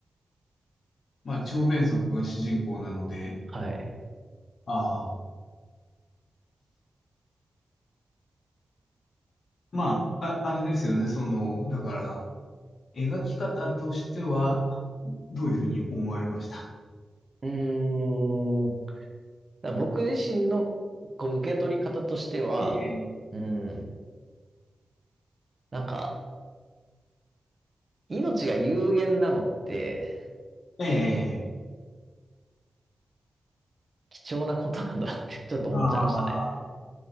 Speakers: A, on the left; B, on the right.
A: まあ、長命族が主人公なので、
B: はい。
A: ああ。まあ、あ、あれですよね。その、だから、描き方としては、どういうふうに思われました
B: うーん。だ僕自身のこう受け取り方としては、
A: ええ。
B: うん。なんか、命が有限なのって
A: ええ、
B: 貴重なことなんだってちょっと思っちゃいましたね。
A: ああ、